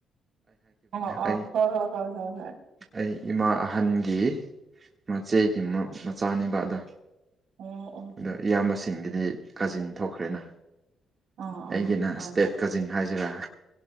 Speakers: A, on the right (about 70°); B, on the right (about 35°).
A: ꯑꯣ ꯑꯣ
B: ꯑꯩ
A: ꯍꯣꯏ ꯍꯣꯏ ꯍꯣꯏ ꯍꯣꯏ ꯍꯣꯏ
B: ꯑꯩ ꯏꯃꯥ ꯑꯍꯟꯒꯤ ꯃꯆꯦꯒꯤ ꯃ ꯃꯆꯥꯅꯤꯕ ꯑꯗꯣ
A: ꯑꯣ ꯑꯣ
B: ꯑꯗꯣ ꯏꯌꯥꯝꯕꯁꯤꯡꯒꯤꯗꯤ ꯀꯥꯖꯤꯟ ꯊꯣꯛꯈ꯭ꯔꯦꯅ
A: ꯑꯣ ꯑꯣ
B: ꯑꯩꯒꯤꯅ
A: ꯍꯣꯏ
B: ꯏꯁꯇꯦꯞ
A: ꯍꯣꯏ
B: ꯀꯖꯤꯟ ꯍꯥꯏꯁꯤꯔꯥ